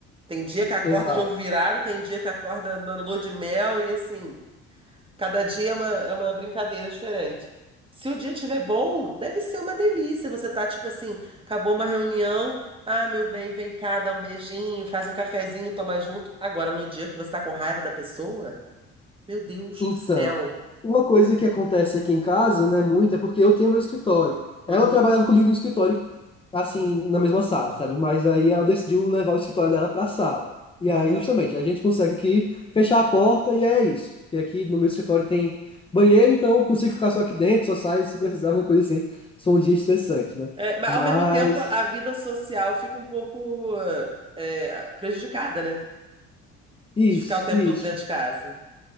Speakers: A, on the right; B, on the left.
A: Tem dia que acorda
B: Exato.
A: de ovo virado, tem dia que acorda na lua de mel, e assim, cada dia é uma, é uma brincadeira diferente. Se o dia estiver bom, deve ser uma delícia. Você tá tipo assim, acabou uma reunião, ah, meu bem, vem cá, dá um beijinho, faz um cafezinho, toma junto. Agora, no dia que você tá com raiva da pessoa, meu Deus
B: Então,
A: do céu.
B: uma coisa que acontece aqui em casa, né, muito, é porque eu tenho meu escritório. Ela
A: Uhum,
B: trabalhava comigo no escritório assim, na mesma sala, sabe? Mas aí ela decidiu levar o escritório dela para a sala. E aí,
A: aham.
B: justamente, a gente consegue aqui fechar a porta e é isso. Porque aqui no meu escritório tem banheiro, então eu consigo ficar só aqui dentro, só saio se precisar, alguma coisa assim. Só um dia estressante, né?
A: É, mas
B: Mas,
A: ao mesmo tempo, a vida social fica um pouco eh, eh, prejudicada, né?
B: isso,
A: De ficar o tempo
B: isso,
A: todo dentro de casa.